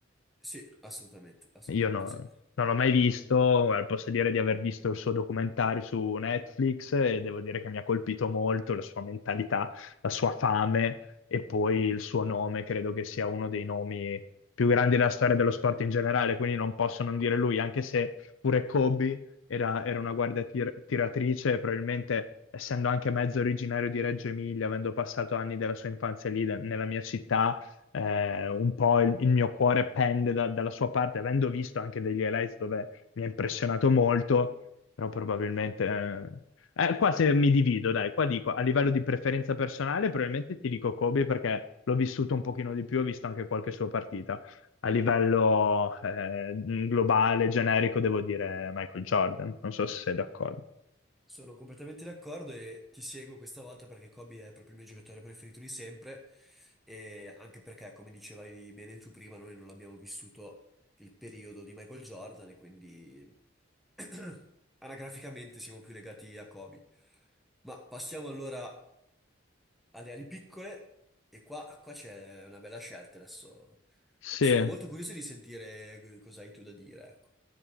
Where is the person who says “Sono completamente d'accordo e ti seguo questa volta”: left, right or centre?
Centre